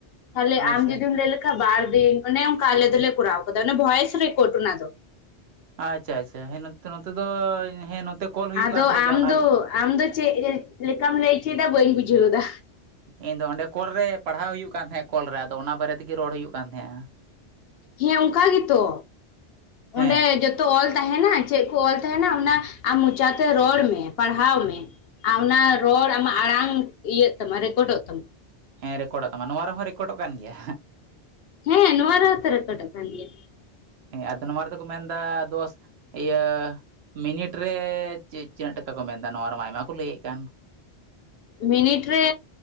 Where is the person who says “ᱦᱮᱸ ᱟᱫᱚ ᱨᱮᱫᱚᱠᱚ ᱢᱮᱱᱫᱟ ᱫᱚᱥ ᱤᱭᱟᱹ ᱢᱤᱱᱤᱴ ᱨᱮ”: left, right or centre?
Right